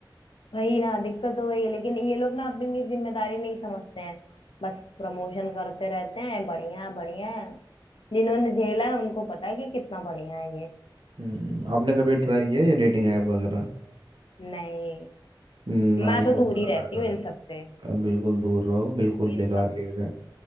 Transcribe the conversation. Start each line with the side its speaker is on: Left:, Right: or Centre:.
Left: वही ना दिक्कत तो वही है लेकिन ये लोग ना अपनी जिम्मेदारी नहीं समझते हैं बस प्रमोशन करते रहते हैं बढ़िया है बढ़िया है जिन्होंने झेला है उनको पता है कि कितना बढ़िया है ये
Right: हम्म, आपने कभी ट्राई किया ये डेटिंग ऐप वगैरह
Left: नहीं
Right: हम्म, ना
Left: मैं
Right: ही
Left: तो
Right: करना
Left: दूर ही रहती
Right: बेहतर
Left: हूँ इन सब से
Right: है बिल्कुल दूर रहो बिल्कुल
Left: इन
Right: बेकार
Left: सब
Right: चीज़ है